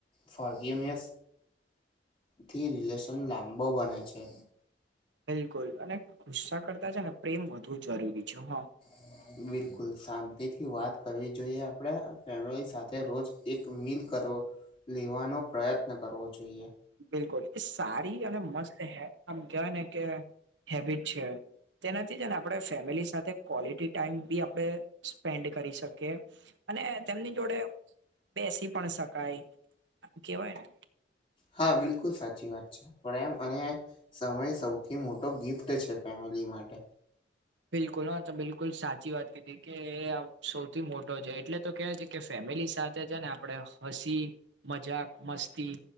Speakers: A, on the left (about 30°); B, on the right (about 80°).
A: ફોરગીવનેસ થી રિલેશન લાંબો બને છે.
B: બિલકુલ અને ગુસ્સા કરતા છે ને પ્રેમ વધુ જરૂરી છે હોં.
A: <inaudible> બિલકુલ શાંતિથી વાત કરવી જોઈએ આપડા ફેમલી સાથે રોજ એક મિલ કરવો. લેવાનો પ્રયત્ન કરવો જોઈએ.
B: બિલકુલ એ સારી અને મસ્ત હે આમ કેવાય ને કે હેબિટ છે. તેનાથી જ ને આપણે ફેમિલી સાથે ક્વોલિટી ટાઈમ બી આપણે સ્પેન્ડ કરી શકીએ. અને તેમની જોડે બેસી પણ શકાય કેવાયને.
A: હા બિલકુલ સાચી વાત છે, પ્રેમ અને સમય સૌ થી મોટો ગિફ્ટ છે ફેમિલી માટે.
B: બિલકુલ હા તો બિલકુલ સાચી વાત કીધી કે સૌથી મોટો છે એટલે તો કેવાય કે કે ફેમિલી સાથે છે ને આપણે હસી, મજાક, મસ્તી